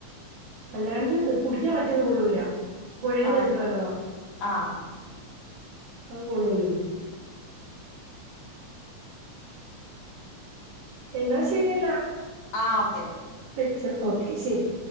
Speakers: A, on the right (about 75°); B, on the left (about 80°).
A: അല്ലാണ്ട് കുടിക്കാൻ മറ്റേത് കൊള്ളൂല പുഴേന്ന്
B: ആഹ്
A: വരുന്ന വെള്ളവാ
B: ആഹ്
A: അത് കൊള്ളവില്ലല്ലോ എന്നാ ശരിയെന്നാ
B: ആഹ് ഓക്കേ
A: വെച്ചോ, ഓക്കെ ശരി